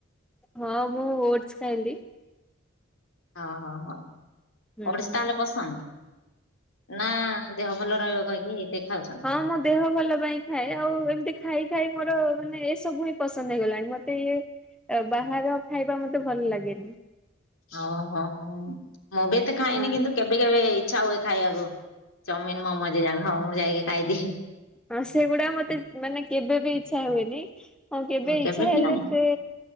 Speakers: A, in the centre; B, on the left.
A: ହଁ ମୁଁ ଓଡଶ୍ ଖାଇଲି।
B: ହଁ ହଁ ହଁ
A: ହୁଁ।
B: ଓଡଶ୍ ତାହେଲେ ପସନ୍ଦ ନାଁ ଦେହ ଭଲ ରହିବ କହିକି ଏତେ ଖାଉଛନ୍ତି?
A: ହଁ ମୋ ଦେହ ଭଲ ପାଇଁ ହିଁ ଖାଏ ଆଉ ଏମିତି ଖାଇ ଖାଇ ମୋର ମାନେ ଏ ସବୁ ହିଁ ପସନ୍ଦ୍ ହେଇଗଲାଣି ମତେ ଇଏ ଏ ବାହାର ଖାଇବା ମତେ ଭଲ୍ ଲାଗେନି।
B: ଅ ହ ହ ମୁଁ ବି ଏତେ ଖାଏନି
A: ହଁ
B: କିନ୍ତୁ କେବେ କେବେ ଇଚ୍ଛା ହୁଏ ଖାଇଆକୁ। ଚମିନ୍ ମୋମୋ ଯେ ଯା ହଁ ମୁଁ ଖାଉ ମୁଁ ଯାଇକି ଖାଇଦିଏ।
A: ଅଁ ସେଗୁଡ଼ା ମତେ ମାନେ କେବେ ବି ଇଚ୍ଛା ହୁଏନି। ହଁ କେବେ
B: ହଉ
A: ଇଚ୍ଛା
B: ବି
A: ହେଲେ
B: ନାହିଁ
A: ସେ